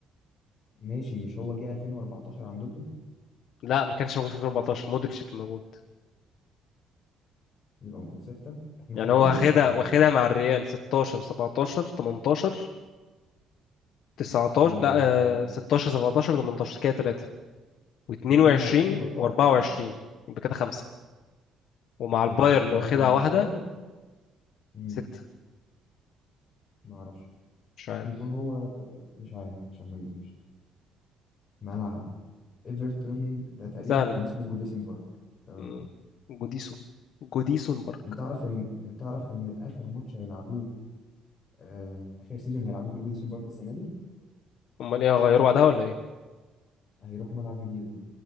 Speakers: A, on the left (about 30°); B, on the left (about 65°).
A: ماشي مش هو جه 2014 عندكم
B: لا ما كانش موجود في 2014 مودريتش كان موجود
A: يبقى المفروض 6 احنا
B: يعني
A: حاسبينها
B: هو واخدها
A: 6 المفروض
B: واخدها مع الريال 16 17 18 19
A: و...
B: لا آه، 16 17 18 كده 3 و22
A: و22 و24
B: و24 يبقى كده 5 ومع
A: تمام
B: البايرن
A: وفي
B: واخدها
A: واحدة مع
B: واحدة
A: البايرن امم
B: 6
A: ما اعرفش
B: مش
A: ممكن
B: عارف
A: يكون هو ط- مش عارف عشان ما اكذبش ملعب ايفرتون ده تقريبا
B: سهلة
A: كان اسمه جوديسن بارك اه
B: مم. جوديسون جوديسون بارك
A: انت تعرف ان انت تعرف ان اخر ماتش هيلعبوه آه، اخر سيزون هيلعبوه في الجوديسون بارك السنه دي
B: امال ايه هغيره بعدها ولا ايه
A: هيروحوا ملعب جديد